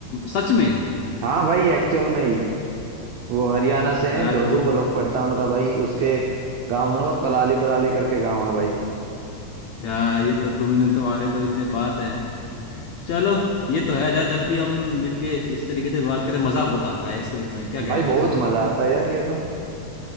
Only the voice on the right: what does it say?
हाँ भाई एक्चुअल में ही वो हरियाणा से
हैं जोजू
ब्लॉक पड़ता है उनका भाई उसके गांव है उनका कलाली बलाली करके गांव है भाई
भाई
बहुत
मजा आता है यार ये तो